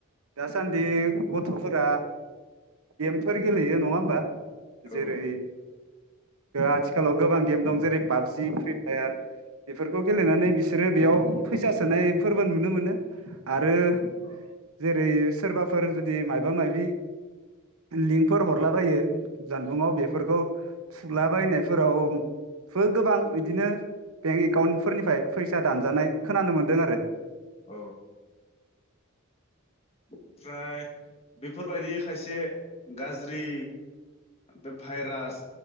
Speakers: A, on the right; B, on the left.
A: दासान्दि गथ'फोरा गेमफोर गेलेयो नङा होमबा?
B: औ
A: जेरै आथिखालाव गोबां गेम दं जेरै पाबजि, फ्रि फायार बेफोरखौ गेलेनानै बिस बिसोरो बेयाव फैसा सोनायफोरबो नुनो मोनो। आरो
B: औ
A: जेरै सोरबाफोर जुदि मायबा मायबि लिंकफोर हरलाबायो जानबुंआव बेफोरखौ थुला बायनायफोरावबो गोबां बिदिनो बेंक एकाउन्टफोरनिफ्राय फैसा दानजानाय खोनानो मोनदों आरो।
B: औ ओमफ्राय बेफोरबायदि खायसे गाज्रि बे भाइरास